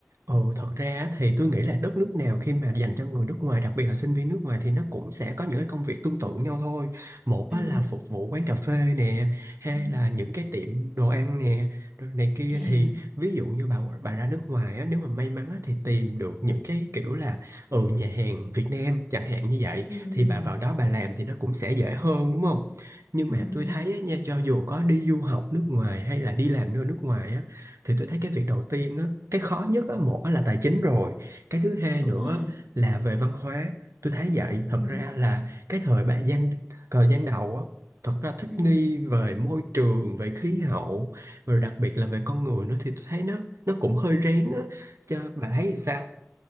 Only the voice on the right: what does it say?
Ừ, thật ra á thì tôi nghĩ là đất nước nào khi mà dành cho người nước ngoài, đặc biệt là sinh viên nước ngoài thì nó cũng sẽ có những cái công việc tương tự nhau thôi. Một
á là phục vụ quán cà phê nè, hai
là những cái tiệm đồ ăn nè, rồi này kia
thì ví dụ như bà bà ra nước ngoài á, nếu mà may mắn á, thì tìm được những cái kiểu là ừ nhà hàng Việt Nam chẳng hạn như vậy
thì
bà vào đó bà làm thì nó cũng sẽ dễ hơn đúng không? Nhưng
mà
tôi
thấy á, nha cho dù có đi du học nước ngoài hay là đi làm nơi nước ngoài á thì tôi thấy cái việc đầu tiên á, cái khó nhất á, một á là tài chính rồi, cái thứ hai
nữa
là về văn hóa. Tôi thấy vậy, thật
ra là cái thời bạn gian thời gian đầu á, thật ra thích
nghi về môi trường, về khí hậu, rồi đặc biệt là về con người nữa thì tôi thấy nó nó cũng hơi rén á. Cho bà thấy thì sao?